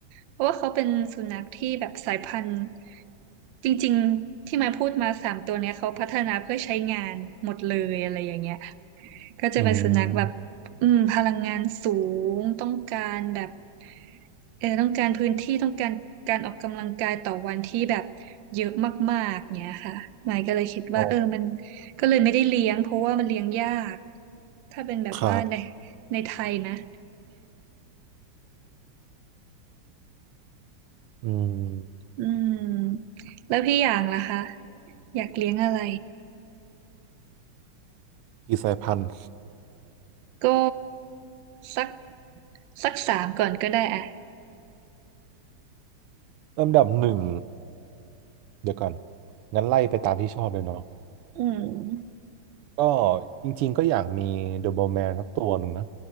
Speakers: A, on the right; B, on the right.
A: เพราะว่าเขาเป็นสุนัขที่แบบสายพันธุ์จริงๆที่มาพูดมาสามตัวเนี้ยเขาพัฒนาเพื่อใช้งานหมดเลยอะไรอย่างเงี้ย ก็จะเป็นสุนัขแบบ
B: อืม
A: อืมพลังงานสูงต้องการแบบเออต้องการพื้นที่ต้องการการออกกำลังกายต่อวันที่แบบเยอะมากๆเนี้ยค่ะหมายก็เลยคิดว่าเออมัน
B: อ๋อ
A: ก็เลยไม่ได้เลี้ยงเพราะว่ามันเลี้ยงยากถ้าเป็นแบบว่าใน
B: ครับ
A: ในไทยนะ
B: อืม
A: อืมแล้วพี่อย่างล่ะคะอยากเลี้ยงอะไร
B: กี่สายพันธุ์
A: ก็สักสักสามก่อนก็ได้อะ
B: ลำดับหนึ่ง เดี๋ยวก่อนงั้นไล่ไปตามที่ชอบเลยเนาะ
A: อืม
B: ก็จริงๆก็อยากมีเดอะโบวแมนสักตัวหนึ่งนะ